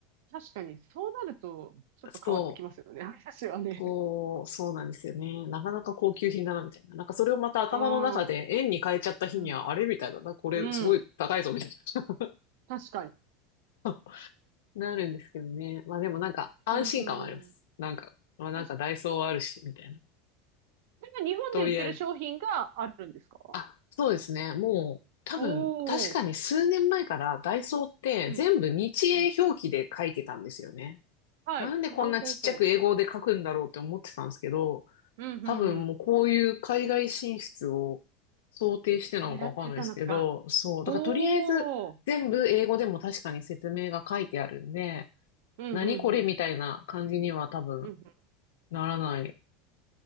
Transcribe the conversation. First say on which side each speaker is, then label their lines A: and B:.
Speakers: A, on the right; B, on the left.
A: 確かに、そうなると、ちょっと変わってきますよね、
B: そう
A: <laughs> 話はね。
B: こう、
A: <laughs>
B: そうなんですよね。なかなか高級品だな、みたいな。なんかそれをまた頭の中で円に変えちゃった日には、
A: ああ、うん。
B: あれみたいな、なこれすごい高いぞ、
A: うん。
B: みたいな。
A: 確かに。
B: <laughs> なるんですけどね。まあでもなんか安心感はあります。
A: うん。
B: なんか、まあなんかダイソーあるし、
A: 確かに。
B: みたいな。
A: それが日本で売ってる商品があるんですか
B: とりあえず。あ、そうですね。もう、多分、
A: おおー。
B: 確かに数年前からダイソーって全部日英表記で書いてたんですよね。
A: うん。うん。はい。
B: なんでこんなちっちゃく英語で書くんだろうって思ってたんですけど、
A: ほうほうほう。うん、
B: 多分もうこういう海外進出を想定してなのかわかんないですけど、
A: うん、うん。狙ってたのか。
B: そう。だからとりあえず全部英語でも確かに説明が書いてあるんで、
A: おお。うん、
B: 何これみたいな感じには多分
A: うん、うん。うん、うん。
B: ならない